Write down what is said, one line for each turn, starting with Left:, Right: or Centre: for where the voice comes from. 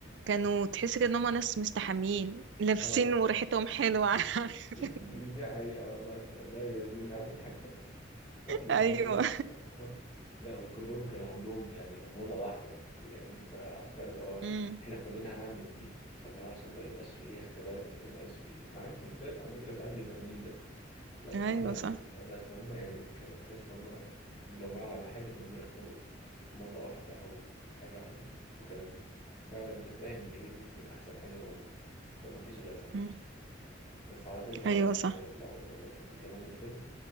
Right: كانوا تحس كده ان هم ناس مستحمين لابسين
Left: اه
Right: وريحتهم حلوة <laughs>
Left: دي دي حقيقة والله والله دي من أهم الحاجات <laughs> لا
Right: ايوه
Left: لا دي كانت <laughs> لا وكلهم كان عندهم يعني أوضة واحدة يعني فعارفة اللي هو
Right: امم
Left: إحنا كلنا هنعمل دي فاللي هو عشان ما يبقاش فيه اختلاف ما يبقاش فيه مع إن الاختلاف على فكرة ساعات بيبقى ميزة بس
Right: ايوه
Left: هما ال-
Right: صح
Left: بس هما يعني كانوا تحس إن هما اتجمعوا على حاجة إن هما يختاروا موضة واحدة أو حاجة واحدة وكانت فعلا تستاهل إن هي دي تكون أحسن حاجة موجودة أو مفيش غيرها مثلا
Right: مم.
Left: بس على فكرة
Right: ايوه
Left: والله يعني
Right: صح
Left: لو لو شفت كمان الفيلم